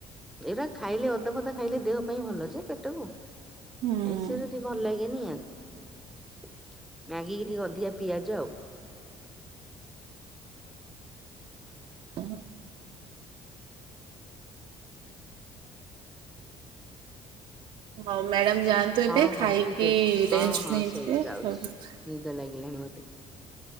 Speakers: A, in the centre; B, on the right (about 60°).
A: ଏଇରା ଖାଇଲେ ଅଦା ଫଦା ଖାଇଲେ ଦେହ ପାଇଁ ଭଲ ଯେ ପେଟକୁ
B: ହୁଁ।
A: ଏଇ ସେ ମତେ ଭଲ ଲାଗେନି ଆଉ ମ୍ୟାଗିକି ଟିକେ ଅଧିକା ପିଆଜ ଆଉ।
B: ହଁ ହଉ ମ୍ୟାଡମ୍ ଯାଆନ୍ତୁ ଏବେ
A: ହଉ
B: ଖାଇ
A: ହଉ ଠିକ
B: ପି
A: ଅଛି
B: ରେଷ୍ଟ୍
A: ହଁ ହଁ
B: ନେଇଯିବେ
A: ଶୋଇବି ଯାଉଛି
B: ହଉ।
A: ନିଦ ଲାଗିଲାଣି ମତେ